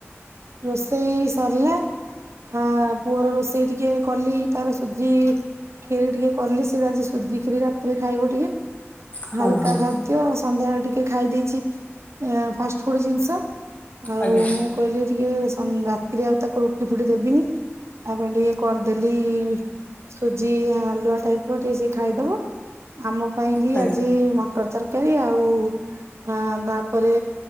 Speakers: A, on the right (about 70°); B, on the left (about 30°).
A: ରୋଷେଇ ସରିଲା। ଅ ପୁଅର ରୋଷେଇ ଟିକେ କଲି, ତାର ସୁଜି କ୍ଷୀରି ଟିକେ କଲି, ସେ ଆଜି ସୁଜି ଖିରି ରାତିରେ ଖାଇବ ଟିକେ।
B: ହଁ
A: ହାଲକା
B: ହଁ
A: ଖାଦ୍ୟ, ସନ୍ଧ୍ୟାବେଳେ ଟିକେ ଖାଇ ଦେଇଛି ଆ ଫାଷ୍ଟଫୁଡ୍ ଜିନିଷ, ଆଉ
B: ଆଜ୍ଞା
A: ମୁଁ କଇଲି ଟିକେ ରାତିରେ ଆଉ ତାକୁ ରୁଟି ଫୁଟି ଦେବିନି। ତା ପାଇଁ ଟିକେ କରିଦେଲି ସୁଜି ହାଲୁଆ ଟାଇପ୍ ର ଟିକେ ସେ ଖାଇଦବ। ଆମ ପାଇଁ ବି
B: ଆଜ୍ଞା
A: ଆଜି ମଟର ତରକାରୀ, ଆଉ ତା ବା ପରେ